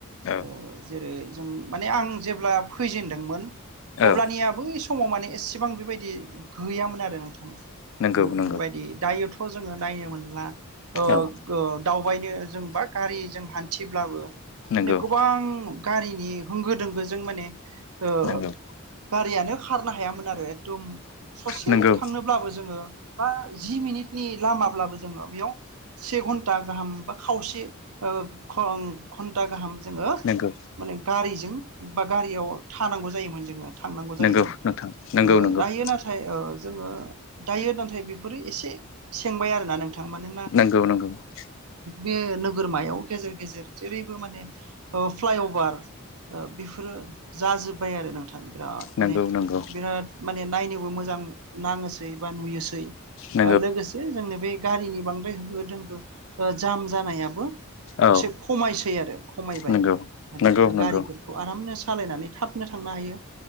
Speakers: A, on the left (about 60°); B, on the right (about 85°).
A: औ
B: ओ जेरै जों माने आं जेब्ला फैजेनदोंमोन
A: औ
B: अब्लानियाबो इस समाव माने एसेबां बेबायदि गैयामोन आरो नोंथां
A: नंगौ
B: बेफोरबायदि
A: नंगौ
B: दायोथ' खौ जोङो नायनो मोनला ओ
A: औ
B: ओ दावबायनो जों बा गारिजों हान्थिब्लाबो माने
A: नंगौ
B: गोबां गारिनि होंगो दोंगोजों माने ओ
A: नोंगौ
B: गारियानो खारनो हायामोन आरो एकदम ससे
A: नंगौ
B: थांनोब्लाबो जोङो बा जि मिनिटनि लामाब्लाबो जोङो बेयाव से घन्टा गाहाम बा खावसे ओ घ घन्टा गाहाम जोङो
A: नंगौ
B: माने गारि जों बा गारियाव थानांगौ जायोमोन जों थांनांगौ जायोमोन
A: नंगौ नोंथां नंगौ
B: ओ
A: नंगौ
B: दायो नाथाय ओ जोङो दायो नाथाय बेफोर फोरो एसे सेबाय आरोना नोंथां मानोना
A: नंगौ नंगौ
B: बे नोगोरमायाव गेजेर गेजेर जेरैबो माने ओ फ्लाइअभार बेफोरो जाजोब्बाय आरो नोंथां बिराद
A: नंगौ
B: माने
A: नंगौ
B: बिराद माने नायनोबो मोजां नाङोसै बा नुयोसै
A: नंगौ
B: ओ लोगोसे जोंनो बे गारिनि बांद्राय होंगो दोंगो ओ जाम जानायाबो इसे
A: औ
B: खमायसै आरो खमायबाय
A: नंगौ
B: माने
A: नंगौ नंगौ
B: गारिफोरखौ आरामनो स' सालायनानै थाबनो थांनो हायो